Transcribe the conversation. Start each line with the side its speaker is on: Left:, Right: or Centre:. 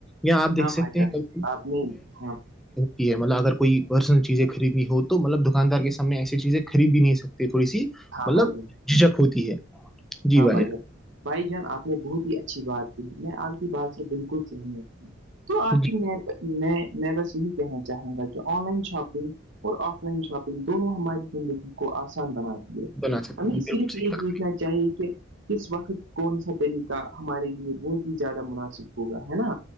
Centre: یااں آپ دیکھ
Right: ہاں
Centre: سکتے
Right: بھائی جان
Centre: ہیں ک
Right: آپ نے ہاں
Centre: یہ مطلب اگر کوئی پرسنل چیزیں خریدنی ہو تو مطلب دکاندار کے سامنے ایسی چیزیں خری بھی نہیں سکتے تھوڑی سی
Right: ہاں
Centre: مطلب
Right: بھائی جان
Centre: جھجک ہوتی ہے جی
Right: ہاں
Centre: بھائی
Right: بائی <unintelligible> بھائی جان آپ نے بہت ہی اچھی بات کی میں آپ کی بات سے بالکل سہنا تو آخر
Centre: جی
Right: میں میں میں بس یہی کہنا چاہوں گا کہ آن لائن شاپنگ <unintelligible> اور آف لائن شاپنگ دونوں ہماری زندگی کو آسان بناتی ہے
Centre: بنا سکتے
Right: ہمیں
Centre: ہیں بالکل
Right: صرف
Centre: صحیح
Right: یہ
Centre: کہا
Right: دیک نہ چاہی <inaudible> کہ کس وقت کون سا طریقہ ہمارے لیے بہت ہی زیادہ مناسب ہوگا ہے نا